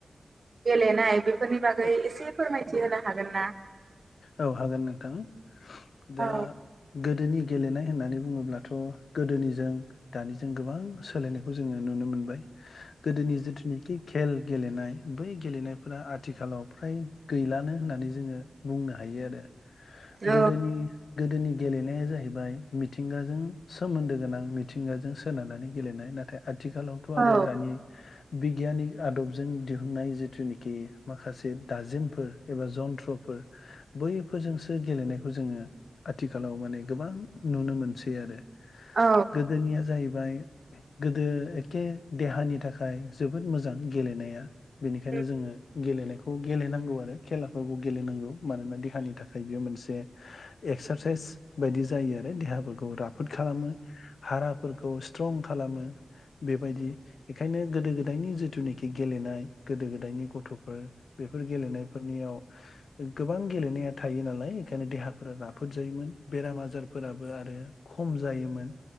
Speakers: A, on the right; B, on the left.
A: गेलेनाय बेफोरनि बागै
B: औ
A: एसे फोरमायथि होनो हागोन ना?
B: औ हागोन नोंथां दा
A: औ
B: गोदोनि। गेलेनाय होननानै बुङोब्लाथ' गोदोनिजों दानिजों गोबां सोलायनायखौ जोङो नुनो मोनबाय। गोदोनि जिथुनोखि खेल गेलेनाय बै गेलेनायफोरा आथिखालाव फ्राय गैलानो होननानै जोङो बुंनो हायो आरो।
A: औ
B: गोदोनि गोदोनि गेले नाया जाहैबाय मिथिंगाजों सोमोन्दो गोनां मिथिंगाजों सोनारनानै गेलेनाय नाथाय आ आथिखालावथ'
A: औ
B: आरो दानि बिगियानिक आदबजों दिहुननाय जिथुनिखि माखासे दाजिमफोर एबा जन्थ्रफोर बैफोरजोंसो गेलेनायखौ जोङो आथिखालाव माने गोबां नुनो मोनसै आरो
A: औ
B: गोदोनिया जाहैबाय गोदो एक्खे देहानि थाखाय जोबोद मोजां गेलेनाया बेनिखायनो
A: औ
B: जोङो गेलेनायखौ गेलेनांगौ आरो खेलाफोरखौ गेलेनांगौ मानोना देहानि थाखाय बेयो मोनसे एक्सारसाइस बायदि जायो आरो देहाफोरखौ राफोद खालामो हाराफोर स्ट्रं खालामो बेबायदि बेखायनो गोदो गोदाय नि जिथुनाखि गेलेनाय गोदो गोदायनि गथ' बेफोर गेलेनायफोरनियाव गोबां गेलेनाया थायो नालाय बेंखायनो देहा फोर राफोद जायोमोन बेराम आजारफोराबो आरो खम जायोमोन।